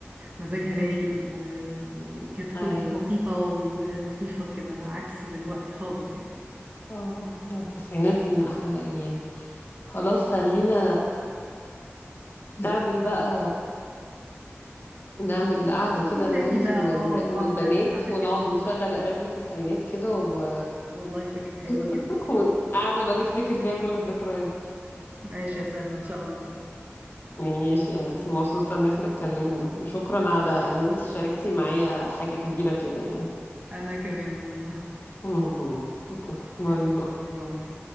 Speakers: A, on the right; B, on the left.
A: مزاجها رايق و... وكانت كل
B: ايوه
A: حاجة بسيطة ولطيفة كده عكس دلوقتي خالص يعني
B: اه ده التسعينات دي من احلى الايام خلاص خلينا نعمل بقى نعمل
A: نتكلم
B: قعدة كده انا
A: تاني
B: وانتي
A: بقى
B: وال-
A: اه نقعد
B: والبنات
A: نعمل قعدة
B: ونقعد
A: كده
B: نشغل اغاني تسعينات كده و...
A: والله فكرة حلوة
B: <laughs>
A: جدا
B: وقعدة بقى نفتكر فيها كل الذكريات
A: ماشي يا سلمى ان شاء الله
B: ماشي انا انت مبسوطة ان احنا اتكلمنا وشكرا
A: انا
B: على
A: كمان
B: ان انت شاركتي معايا حاجة كبيرة كده يعني
A: أنا كمان والله
B: <laughs> باي
A: يلا
B: باي
A: باي باي